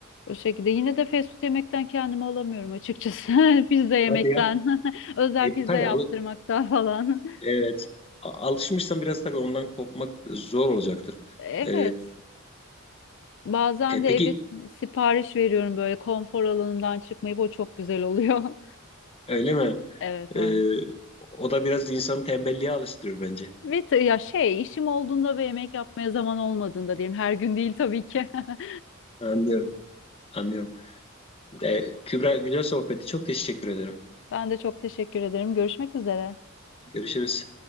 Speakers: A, on the left; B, on the left.
A: O şekilde yine de fast food yemekten kendimi alamıyorum açıkçası. <laughs> Pizza yemekten.
B: Hadi ya.
A: <laughs> Özel
B: E,
A: pizza
B: tabii
A: yaptırmaktan
B: alı-
A: falan. <laughs>
B: evet. A- Alışmışsan biraz tabii ondan kopmak zor olacaktır.
A: Evet.
B: E,
A: Bazen
B: e,
A: de
B: peki
A: eve sipariş veriyorum böyle konfor alanımdan çıkmayıp o çok güzel oluyor. <laughs>
B: öyle mi?
A: Evet var.
B: E, o da biraz insanı tembelliğe alıştırır bence.
A: Ve ta- ya şey işim olduğunda ve yemek yapmaya zaman olmadığında diyeyim. Her gün değil tabii ki. <laughs>
B: Anlıyorum. Anlıyorum. E, Kübra güzel sohbeti. Çok teşekkür ederim.
A: Ben de çok teşekkür ederim. Görüşmek üzere.
B: Görüşürüz.